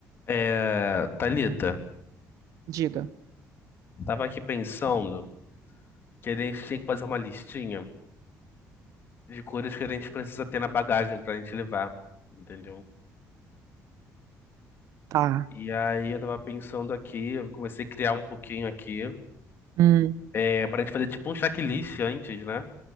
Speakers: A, on the left (about 40°); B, on the right (about 80°).
A: É, Thalita,
B: Diga.
A: tava aqui pensando que a gente tinha que fazer uma listinha de coisas que a gente precisa ter na bagagem pra gente levar, entendeu?
B: Tá.
A: E aí eu tava pensando aqui, eu comecei a criar um pouquinho aqui,
B: Hum.
A: é, pra gente fazer tipo um checklist antes, né?